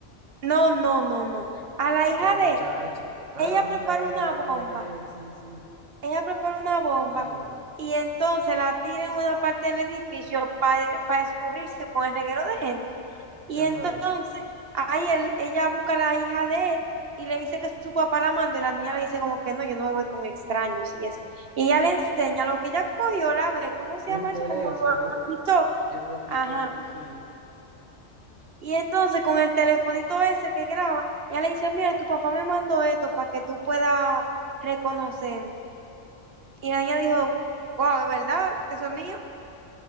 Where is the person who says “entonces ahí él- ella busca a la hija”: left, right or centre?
Right